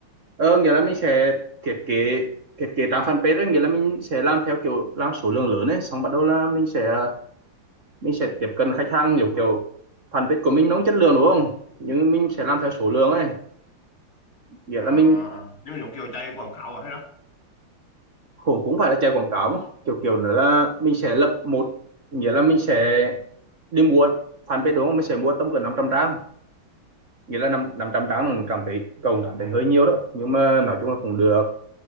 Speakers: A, on the right; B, on the left.
A: ờ nghĩa là mình sẽ thiết kế thiết kế trang fanpage ấy, nghĩa là mình sẽ làm theo kiểu làm số lượng lớn ấy xong bắt đầu là mình sẽ ờ, mình sẽ tiếp cận khách hàng kiểu kiểu fanpage của mình nó không chất lượng đúng không nhưng mình sẽ làm theo số lượng ấy nghĩa
B: À,
A: là mình
B: à, à. nhưng mà giống kiểu chạy quảng cáo à hay đó.
A: cũng cũng phải là chạy quảng cáo mà kiểu kiểu nữa là mình sẽ lập một nghĩa là mình sẽ đi mua fanpage đúng không mình sẽ mua tầm cỡ 500 trang nghĩa là năm 500 trang mình cảm thấy cậu cảm thấy hơi nhiều đó nhưng mà nói chung là cũng được